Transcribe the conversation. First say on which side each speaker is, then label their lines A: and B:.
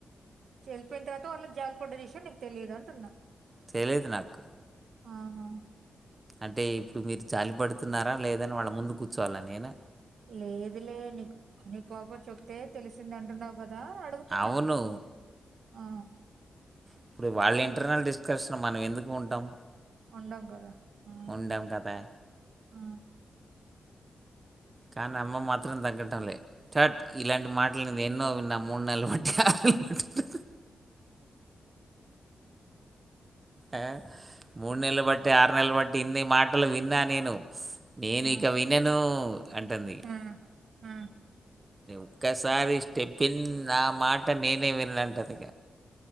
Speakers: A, on the right; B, on the right.
A: చళ్ళిపోయిన తర్వాత వాళ్ళు జాలిపడ్డ విషయం నీకు తెలియదు అంటున్నా
B: తెలియదు నాకు
A: ఆహా
B: అంటే ఇప్పుడు మీరు జాలి పడుతున్నారా లేదని వాళ్ళ ముందు కూర్చోవాలా నేను
A: లేదు లే నీ నీ పోప చెప్తే తెలిసింద అంటున్నావు క అదా అడుగుతున్నా
B: అవును
A: ఆ
B: ఇప్పుడు వాళ్ళ ఇంటర్నల్ డిస్కషన్ మనం ఎందుకు ఉంటాం
A: అందం కదా ఆ!
B: ఉండం కదా
A: ఆ!
B: కానీ అమ్మ మాత్రం తగ్గడంలే చట్ ఇలాంటి మాటలుది ఎన్నో విన్నా మూడు నెలలు బట్టి ఆరు నెలలు పట్టి ఆ మూడు నెలలు బట్టి ఆరు నెలలు బట్టి ఇన్ని మాటలు విన్నా నేను నేను
A: ఆ!
B: ఇక వినను అంటుంది
A: ఆ! ఆ
B: ఒక్కసారి స్టెపిన్ నా మాట నేనే వినంట ఇంటది